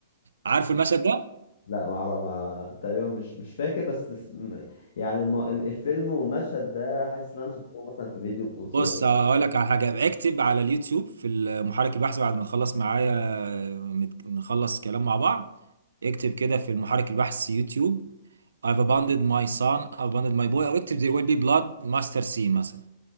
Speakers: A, on the right; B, on the left.
A: عارف المشهد ده
B: لا ما اعرف ما تقريبا مش مش فاكر بس اس- م- يعني الم... ال- الفيلم والمشهد ده حاسس ان انا شفته مثلا في فيديو كو- صغير
A: بص هقول لك على حاجه اكتب على اليوتيوب في المحرك البحث بعد ما تخلص معايا نت- نخلص كلام مع بعض اكتب كده في المحرك البحث يوتيوب I've abandoned my son I've abandoned my boy او اكتب there will be blood master scene مثلا